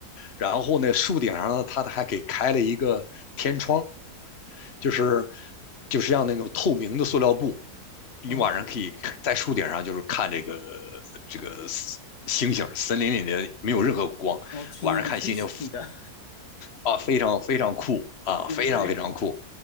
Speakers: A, on the left; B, on the left.
A: 然后呢，树顶上呢，它还给开了一个天窗，就是就是像那种透明的塑料布，你晚上可以在树顶上就是看这个
B: 哦，
A: 这个星星，森林里面没有任何光，
B: 我听你
A: 晚上看星星
B: t w i s t 的，
A: 啊，非常非常酷啊，
B: <laughs> 嗯，
A: 非常非常酷。
B: 对，